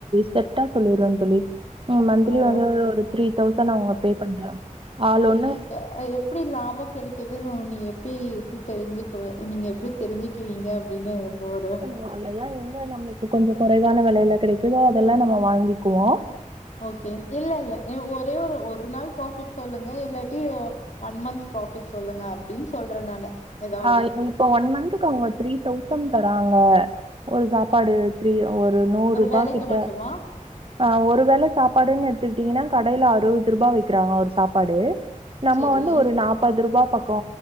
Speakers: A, on the right; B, on the left.
A: செட்டா சொல்லிருவேங் தோழி ம் மந்த்த்லி
B: ஓ.
A: வந்து ஒரு த்ரீ தௌசண்ட் அவங்க பே பண்றாங்க ஆ லோன்னு
B: அல எப்டி லாபொ கெடைக்குதுன் ஒன்ன எப்டி இது தெரிஞ்சுக்வெ நீங்க எப்டி தெரிஞ்சு க்வீங்க அப்டின்னு இப்பொரு
A: <unintelligible> இல்லயா எங்க நம்மள்க்கு கொஞ்சொ கொறைவான வெலயில கெடைக்குதோ அதெல்லாம் நம்ம வாங்கிக்வோ
B: ஓகே இல்லல்ல எ ஒரேஒரு ஒரு நாள் ப்ரோஃபிட் சொல்லுங்க இல்லாட்டி ஒன் மந்த்த் ப்ரோஃபிட் சொல்லுங்க அப்டின் சொல்றெ நானு ஏதாவது
A: ஆ இப்ப ஒன் மந்த்க்கு அவங்க த்ரீ தௌசண்ட் தறாங்க ஒரு சாப்பாடு த்ரீ ஒரு நூற் ரூபா
B: வேலைக்கு
A: கிட்ட
B: மட்டுமா
A: ஆ ஒரு வேள சாப்பாடுன் எடுத் த்துட்டிங்கனா கடைய்ல அறுவது ரூபா விக்கிறாங்க ஒரு சாப்பாடு நம்ம
B: செரி
A: வந்து ஒரு நாப் பது ருபா பக்கோ